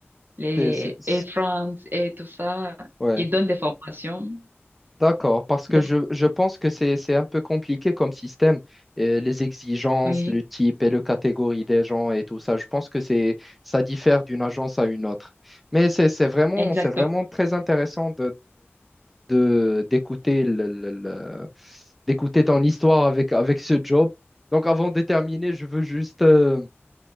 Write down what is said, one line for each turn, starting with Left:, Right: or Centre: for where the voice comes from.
Right: les
Centre: C'est, c'est- c'est-
Right: Air France et tout ça,
Centre: Ouais,
Right: ils donnent des formations.
Centre: d'accord. Parce que
Right: Donc,
Centre: je, je pense que c'est, c'est un peu compliqué comme système. Euh, les exigences,
Right: oui,
Centre: le type et le catégorie des gens et tout ça, je pense que c'est, ça diffère d'une agence à une autre. Mais c'est c'est vraiment,
Right: exactement.
Centre: c'est vraiment très intéressant de d'écouter le- le- le- d'écouter ton histoire avec avec ce job. Donc avant de terminer, je veux juste euh,